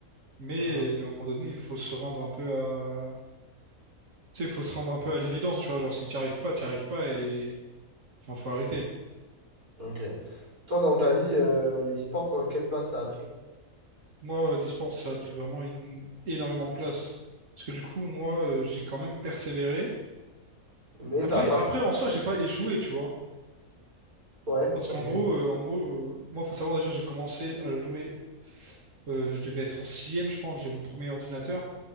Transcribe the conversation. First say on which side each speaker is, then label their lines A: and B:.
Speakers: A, on the right; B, on the right.
A: Mais
B: mhm,
A: euh, à un moment donné, il faut se rendre un peu à. Tu sais, il faut se rendre un peu à l'évidence, tu vois. Genre, si tu n'y arrives pas, tu n'y arrives pas et. Enfin, faut arrêter.
B: ok. Toi, dans ta vie, euh, l'e-sport, euh, quelle place ça a pris?
A: Moi, euh, l'e-sport, ça a pris vraiment une... énormément de place. Parce que du coup, moi, euh, j'ai quand même persévéré.
B: Mais
A: Après,
B: t'as pas...
A: après, en soi, j'ai pas échoué, tu vois.
B: Ouais,
A: Parce qu'en
B: ok.
A: gros, euh, en gros, euh, moi, faut savoir déjà, j'ai commencé à jouer, euh, je devais être en sixième, je pense, j'ai mon premier ordinateur.